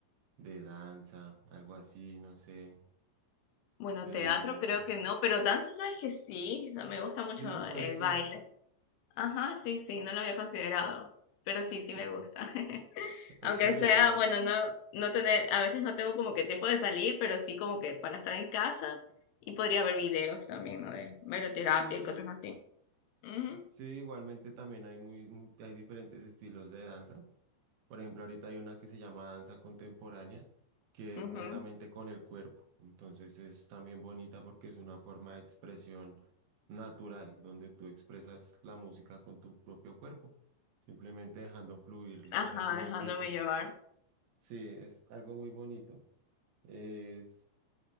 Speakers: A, on the right (about 60°); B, on the left (about 85°).
A: de danza, algo así, no sé,
B: Bueno,
A: de
B: teatro
A: dibujo.
B: creo que no, pero danza, sabes que sí, o sea, me gusta mucho
A: Sí, puede
B: el
A: ser.
B: baile. Ajá, sí, sí, no lo había considerado, pero sí, sí
A: Sí.
B: me gusta. <laughs> Aunque
A: Es chévere
B: sea,
A: si vas.
B: bueno, no, no tener, a veces no tengo como que tiempo de salir, pero sí como que para estar en casa y podría ver videos también, ¿no? De bailoterapia
A: Sí,
B: y cosas así. Ujú,
A: sí, igualmente también hay muy, muy- hay diferentes estilos de danza. Por ejemplo, ahorita hay una que se llama danza contemporánea, que
B: ujú.
A: es netamente con el cuerpo. Entonces es también bonita porque es una forma de expresión natural, donde tú expresas la música con tu propio cuerpo, simplemente dejando fluir los
B: Ajá,
A: movimientos.
B: dejándome llevar.
A: Sí, es algo muy bonito. es